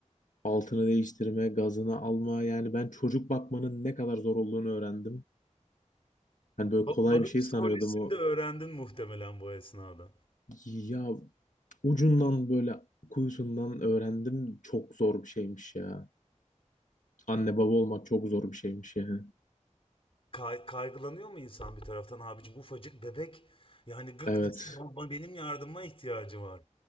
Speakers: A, on the left (about 80°); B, on the left (about 45°).
A: altını değiştirme, gazını alma yani ben çocuk bakmanın ne kadar zor olduğunu öğrendim. Hani böyle
B: Babanın
A: kolay bir şey
B: psikolojisini
A: sanıyordum o.
B: de öğrendin muhtemelen bu esnada.
A: Ya ucundan böyle kuyusundan öğrendim çok zor bir şeymiş ya. Anne baba olmak çok zor bir şeymiş yani.
B: Kay- kaygılanıyor mu insan bir taraftan abicim ufacık bebek yani gık
A: Evet.
B: desin baba benim yardıma ihtiyacı var.